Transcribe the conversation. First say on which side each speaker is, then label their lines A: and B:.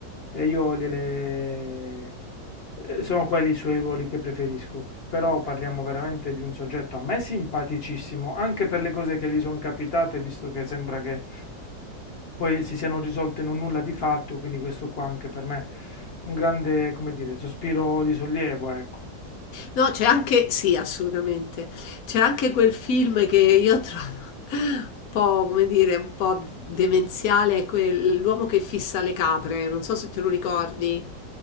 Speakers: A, on the left; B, on the left.
A: e io gliele, eh, Sono quelli i suoi ruoli che preferisco, però parliamo veramente di un soggetto a me simpaticissimo, anche per le cose che gli sono capitate, visto che sembra che poi si siano risolte in un nulla di fatto, quindi questo qua anche per me un grande, come dire, sospiro di sollievo, ecco.
B: No, c'è anche, sì, assolutamente. C'è anche quel film che io <laughs> trovo un po', come dire, un po' demenziale, è quel- l'uomo che fissa le capre, non so se te lo ricordi.